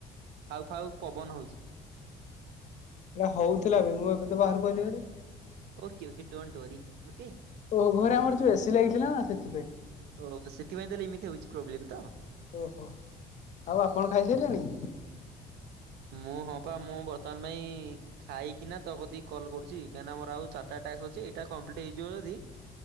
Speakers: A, on the right (about 75°); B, on the left (about 45°).
A: ଫାଉ ଫାଉ ପବନ ହଉଚି।
B: ନା ହଉଥିଲାବେ ମୁଁ ଏବେ ତ ବାହାରକୁ ଆଇଲି ହାରି।
A: Okay okay don't worry okay.
B: ଓୋ ଘରେ ଆମର ଯଉ ଏଶୀ ଲାଗିଥିଲା ନା ସେଥିପାଇଁ।
A: ଓ ସେଥିପାଇଁ ତାହେଲେ ଏମିତି ହଉଛି ପ୍ରୋବ୍ଲେମ ତ।
B: ଓହୋ ଆଉ ଆପଣ ଖାଇସାଇଲେଣି।
A: ମୁଁ ହଁ ପା ମୁଁ ବର୍ତ୍ତମାନ ପାଇଁ ଖାଇକିନା ତ କତିକି କଲ୍ କରୁଛି କାହିଁକନା ମୋର ଆଉ ଚାଟା ଟାସ୍କ ଅଛି ଏଇଟା କମ୍ପ୍ଲିଟ ହେଯିବ ଯଦି